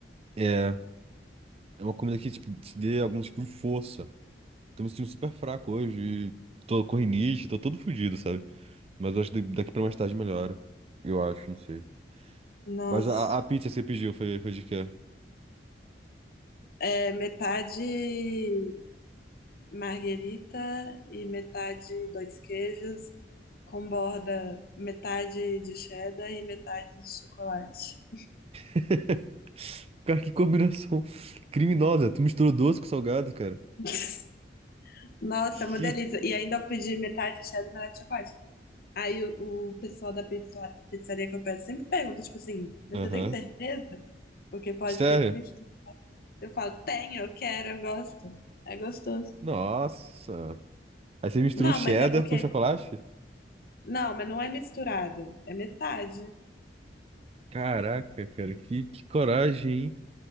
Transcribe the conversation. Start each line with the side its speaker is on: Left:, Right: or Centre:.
Right: É. É uma comida que, tipo, te dê algum tipo de força. Tô me sentindo super fraco hoje. e Tô com rinite, tô todo fudido, sabe? Mas eu acho que daqui pra mais tarde melhora. Eu acho, não sei.
Left: Nossa,
Right: Mas a, a pizza que você pediu foi, foi de quê?
Left: é metade. marguerita e metade dois queijos, com borda metade de cheddar e metade de chocolate.
Right: <laughs> Cara, que combinação <laughs> criminosa. Tu misturou doce com salgado, cara.
Left: <laughs> Nossa, é uma
Right: Que...
Left: delícia. E ainda eu pedi metade de cheddar e metade de chocolate. Aí o, o pessoal da pizza- pizzaria que eu peço sempre pergunta, tipo assim, "Mas
Right: Aham.
Left: você tem certeza? Porque pode
Right: Sério?
Left: ser que me... Eu falo, tenho, eu quero, eu gosto. É gostoso.
Right: Nossa. Aí você misturou
Left: Não,
Right: cheddar
Left: mas é porque...
Right: com chocolate?
Left: Não, mas não é misturado. É metade.
Right: Caraca, cara, que, que coragem, hein?